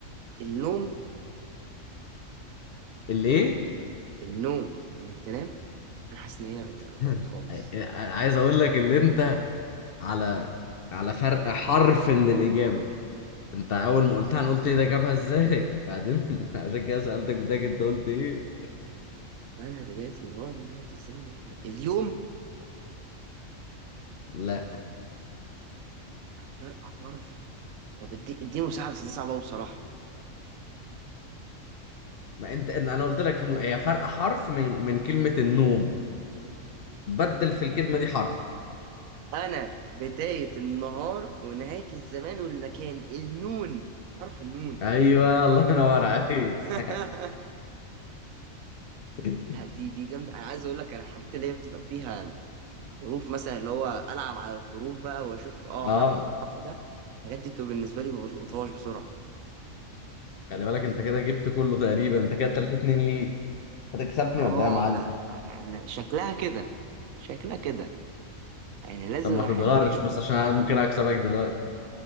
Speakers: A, on the right; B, on the left.
A: النوم
B: الايه
A: النوم إنك تنام أنا حاسس إن هي غلط
B: <laughs>
A: خالص
B: عايز اقول لك اللي انت على على فرق حرف من الاجابه انت اول ما قلتها انا قلت ايه ده جابها ازاي <laughs> بعدين عشان كده سالتك بتاعك انت قلت ايه
A: انا بدايه النهار ونهايه الزمن والم... اليوم
B: لا
A: فرق حرف طب ادي- اديني مساحه بس دي صعبه أوي بصراحه
B: ما انت إن- انا قلت لك في الم- هي فرق حرف من من كلمه النوم بدل في الكلمه دي حرف
A: انا بدايه النهار ونهايه الزمان والمكان النون حرف النون
B: ايوه الله ينور عليك
A: <laughs>
B: <laughs>
A: لا دي دي جامده انا عايز اقول لك على الحاجات اللي هي بتبقى فيها حروف مثلا اللي هو العب على الحروف بقى واشوف اه
B: اه
A: حرف الحرف ده الحاجات دي بتبقى بالنسبه لي ما بلقطهاش بسرعه
B: خلي
A: طيب
B: بالك انت كده جبت كله تقريبا انت كده 3 2 ليك هتكسبني
A: اه
B: ولا ايه يا معلم
A: لا أنا- شكلها كده شكلها كده يعني لازم
B: طب ما
A: احاول
B: تتغرش
A: اجيبها
B: بس عشان انا ممكن اكسبك دلوقتي